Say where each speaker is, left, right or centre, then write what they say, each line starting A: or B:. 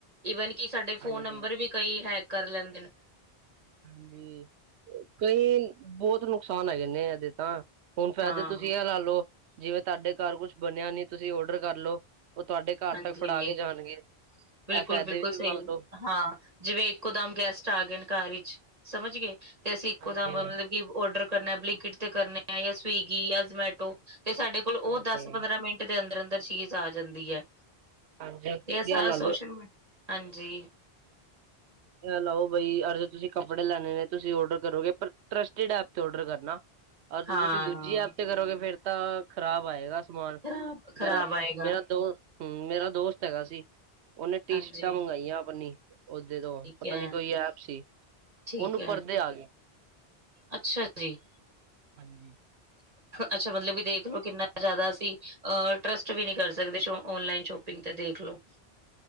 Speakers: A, on the right (about 35°); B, on the right (about 90°).
A: ਈਵਨ ਕਿ ਸਾਡੇ
B: ਹਾਂਜੀ
A: ਫੋਨ ਨੰਬਰ ਵੀ ਕਈ ਹੈਕ ਕਰ ਲੈਂਦੇ ਨੇ।
B: ਹਾਂਜੀ, ਕਈ ਬੋਤ ਨੁਕਸਾਨ ਹੈਗੇ ਨੇ ਇਹਦੇ ਤਾਂ ਹੁਣ ਫੈਦੇ
A: ਹਾਂ
B: ਤੁਸੀਂ ਇਹ ਲਾ ਲੋ ਜਿਵੇਂ ਤੁਆਡੇ ਘਰ ਕੁਛ ਬਣਿਆ ਨੀ ਤੁਸੀਂ ਔਡਰ ਕਰਲੋ। ਓ ਤੁਆਡੇ ਘਰ
A: ਹਾਂਜੀ
B: ਤੱਕ ਫੜਾ ਕੇ ਜਾਣਗੇ,
A: ਬਿਲਕੁਲ-ਬਿਲਕੁਲ
B: ਏਹ ਫੈਦੇ ਵੀ
A: ਸਹੀ
B: ਮੰਨ ਲੋ।
A: ਹਾਂ, ਜਿਵੇਂ ਇੱਕੋ-ਦਮ ਗੈਸਟ ਆ ਗਏ ਨੇ ਘਰ ਵਿਚ, ਸਮਝ ਗਏ ਤੇ ਅਸੀਂ ਇੱਕੋ-ਦਮ
B: ਹਾਂਜੀ
A: ਮਤਲਬ ਔਡਰ ਕਰਨਾ ਬਿੰਲੀਕਿਟ ਤੇ ਕਰਨਾ ਆ ਜਾਂ ਸਵੀਗੀ ਜਾਂ ਜਮੈਟੋ ਤੇ ਸਾਡੇ ਕੋਲ ਓ
B: ਹਾਂਜੀ
A: ਦਸ-ਪੰਦਰਾਂ ਮਿੰਟ ਦੇ ਅੰਦਰ-ਅੰਦਰ ਚੀਜ਼ ਆ ਜਾਂਦੀ ਐ।
B: ਹਾਂਜੀ ਤੁਸੀਂ
A: ਏ ਸਾਰਾ
B: ਇਹ ਲਾ
A: ਸੋਸ਼ਲ ਮੀ, ਹਾਂਜੀ।
B: ਲਓ ਬਾਈ ਅੱਜ ਤੁਸੀਂ ਕੱਪੜੇ ਲੈਣੇ ਨੇ, ਤੁਸੀਂ ਔਡਰ ਕਰੋਗੇ, ਪਰ ਟਸਟਡ ਐ ਔਡਰ ਕਰਨਾ, ਔਰ ਜੇ
A: ਹਾਂ
B: ਤੁਸੀਂ ਦੂਜੀ ਐਪ ਤੇ ਕਰੋਗੇ, ਫੇਰ ਤਾਂ ਖ਼ਰਾਬ ਆਏਗਾ। ਸਮਾਨ,
A: ਖ਼ਰਾਬ-ਖ਼ਰਾਬ
B: ਮੇਰਾ
A: ਆਏਗਾ
B: -ਮੇਰਾ ਦੋ ਹਮ ਮੇਰਾ ਦੋਸਤ ਹੈਗਾ ਸੀ, ਉਹਨੇ ਟੀ
A: ਹਾਂਜੀ
B: ਸ਼ੀਟਾਂ ਮੰਗਾਈਆਂ ਆਪਨੀ ਓਦੇ ਤੋਂ,
A: ਠੀਕ
B: ਪਤਾ
A: ਹੈ
B: ਨੀ ਕੋਈ ਐਪ ਸੀ।
A: ਠੀਕ
B: ਉਹਨੂੰ
A: ਹੈ,
B: ਪਰਦੇ ਆ ਗਏ
A: ਅੱਛਾ ਜੀ।
B: ਹਾਂਜੀ <inaudible>
A: ਅੱਛਾ, ਮਤਲਬ ਕਿ ਦੇਖ ਲਓ ਕਿੰਨਾ ਜ਼ਿਆਦਾ, ਅਸੀਂ ਅਹ ਟਰਸਟ ਵੀ ਨਹੀਂ ਕਰ ਸਕਦੇ, ਔਨਲਾਈਨ ਸ਼ੋਪ ਪਿੰਤਾਂ ਦੇਖਲੋ।